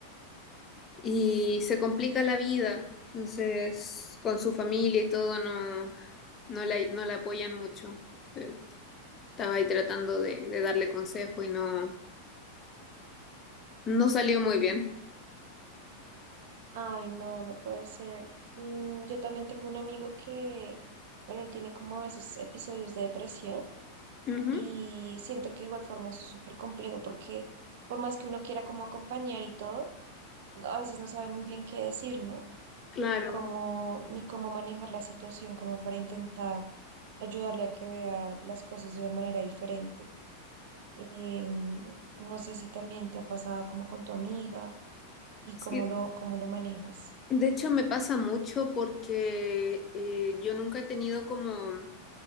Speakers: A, on the left; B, on the right.
A: y se complica la vida. Entonces, con su familia y todo, no, no la, no la apoyan mucho. Eh, Estaba ahí tratando de, de darle consejo y no, no salió muy bien.
B: Ay, no, no puede ser. Mm, yo también tengo un amigo que, bueno, él tiene como a veces episodios de depresión
A: Ujú,
B: y siento que de igual forma eso es súper complejo porque por más que uno quiera como acompañar y todo, a veces no sabe muy bien qué decir, ¿no?
A: claro.
B: Ni cómo, ni cómo manejar la situación como para intentar ayudarle a que vea las cosas de una manera diferente. Eh, no sé si también te ha pasado como con tu amiga y
A: Sí.
B: cómo lo, cómo lo manejas.
A: De hecho, me pasa mucho porque eh, yo nunca he tenido como